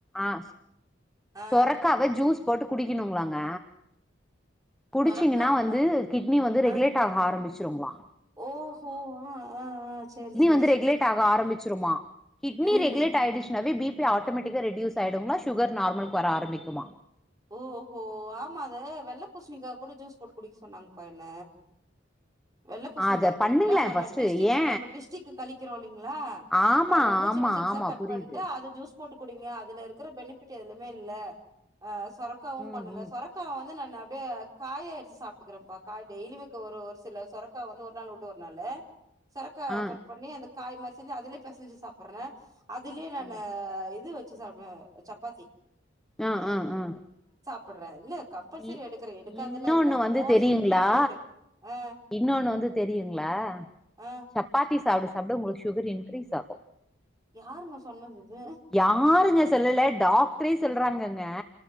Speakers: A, in the centre; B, on the right.
A: ஆ
B: ஆ
A: சொரக்காவ ஜூஸ் போட்டு குடிக்கணுங்களாங்க குடிச்சீங்கன்னா
B: சொரக்காங்களா
A: வந்து கிட்னி வந்து ரெகுலேட்
B: ஆ
A: ஆக ஆரம்பிச்சிருங்களா
B: ஓஹோ ஆ ஆ ஆ செரி செரி
A: ந்து ரெகுலேட் ஆக ஆரம்பிச்சுருமா கிட்னி
B: ம்
A: ரெகுலேட் ஆயிட்ச்சனாவே பி பி ஆட்டோமேட்டிக்கா ரெடியூஸ் ஆயிடுங்களா சுகர் நார்மலுக்கு வர ஆரம்பிக்குமா
B: ஓ ஹோ ஆமா அத வெள்ள பூசணிக்கா கூட ஜூஸ் போட்டு குடிக்க சொன்னாங்கப்பா என்ன வெள்ள பூசணிக்கா
A: அத
B: இருக்கு
A: பண்ணுங்களே
B: இல்லங்களா நம்ம
A: ஃபர்ஸ்ட்டு
B: டிஸ்டிக்
A: ஏ
B: நம்ம டிஸ்டிக் கழிக்கிறோ இல்லைங்களா
A: ஆமா
B: அத வந்து
A: ஆமா
B: சின்ன சிட்சா
A: ஆமா
B: கட்
A: புரியுது
B: பண்ட்டு அது ஜூஸ் போட்டு குடிங்க அதுல இருக்கற பெனிஃபிட் எதுலியுமே இல்ல ஆ சொரக்காவு
A: ம்
B: பண்ணுங்க
A: ம்
B: சொரக் க்கா வந்து நானு அப்டே காய எடுச்சு சாப்ட்டுக்கறன்ப்பா கா டெய்லியு ஒரு ஒரு சில சொர க்கா வந்து ஒரு நாள் உட்டு ஒரு நாளு சொரக்கா
A: ஆ
B: கட் பண்ணி அந்த காய் மாரி செஞ்சு அதுலே பெசஞ்சி சாப்பட்ற அதுலயே நானு
A: ஆ
B: இது வச்சி சாப்டுவே சப்பாத்தி
A: ஆ ஆ ஆ
B: ப்பட்ற இல்ல கம்பல்செரி
A: இ
B: எடுக்கற எடுக்காதுல்லா
A: இன்னொன்னு
B: இல்ல
A: வந்து
B: மோஸ்ட்லி
A: தெரியுங்களா
B: பீட்ரூட் ஆ
A: இன்னொன்னு வந்து தெரியுங்களா
B: ஆ
A: சப்பாத்தி சாப்ட சாப்ட உங்களுக்கு சுகர் இன்க்ரீஸ் ஆகு
B: யாருங்க சொன்னது இது
A: யாருங்க சொல்லல டாக்ரே சொல்றாங்கங்க